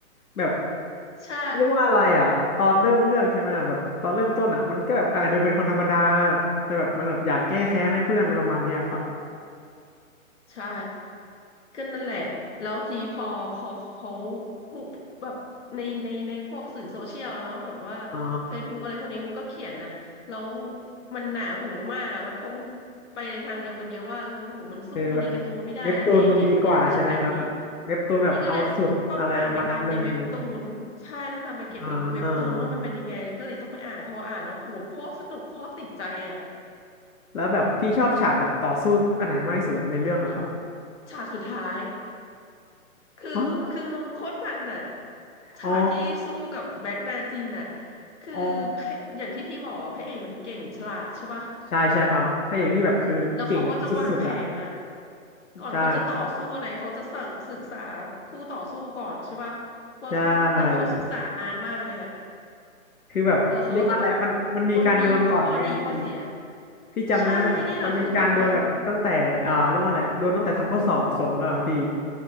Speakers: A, on the left; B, on the left.
A: แบบ
B: ใช่
A: เรียกว่าอะไรอ่ะตอนเริ่มเรื่องใช่ไหมอ่ะแบบตอนเริ่มต้นอ่ะมันก็แบบอ่าดูเป็นคนธรรมดาแบบแต่แบบเหมันแบบอยากแก้แค้นให้เพื่อนอะไรประมาณเนี้ยครับ
B: ใช่ก็นั่นแหละแล้วทีนี้พอพอเขาคุแบบในในในพวกสื่อโซเชียลเนาะแบบว่า
A: อ๋อ
B: Facebook อะไรพวกนี้มันก็เขียนนะแล้วมันหนาหูมากอ่ะมันเขาไปในทางเดียวกันเยอะว่าเออโหูมันสู้ในการ์ตูนไม่ได้นะพระเอกเก่งกว่านี้สะใจกว่านี้
A: เออแบบเว็บตูนมันดีกว่าใช่ไหมครับแบบเว็บตูนแบบเอาสุดอะไรประมาณนั้นเลย
B: พี่ก็เลยแบบต้องตามไปตามในเว็บตูนใช่ต้องตามไปเก็บในเว็บตูนว่ามันเป็นยังไงก็เลยต้องไปอ่านพออ่านแล้วโหโคตรสนุกโคตรติดใจอ่ะ
A: อ่า แล้วแบบพี่ชอบฉากแบบต่อสู้อันไหนมากที่สุดแบบในเรื่องอะครับ
B: ฉากสุดท้าย คือคือโค้ดมันน่ะ
A: อ๋อ
B: ฉากที่สู้กับแบ็กนาจินน่ะ
A: อ๋อ
B: คือพระอย่างที่พี่บอกอะพระเอกมันเก่งฉลาดใช่ป่ะ
A: อ๋อใช่ใช่ครับพระเอกนี่แบบคือเก่งแบบสุดๆอะ
B: แล้วเขาก็จะวางแผนน่ะก่อนเขาจะต่อสู้อะไรเขาจะศึกศึกษา
A: ใช่
B: คู่ต่อสู้ก่อนใช่ป่ะว่าคู่เราเขาศึกษานานมากเลยอ่ะ
A: ใช่คือแบบเรียกว่าอะไร
B: แล้วเขาก็จะแบบ
A: มันมันมีการดวลก่อนไงพี่
B: ว่ามีข้อดีข้อเสีย
A: พี่จำได้ว่าแบบมันมีการดวลแบบตั้งแต่อ่าเรียกว่าอะไรดวลตั้งแต่ทำข้อสอบส่งแล้วอะพี่
B: ใช่นี่แหละคือแบบว่า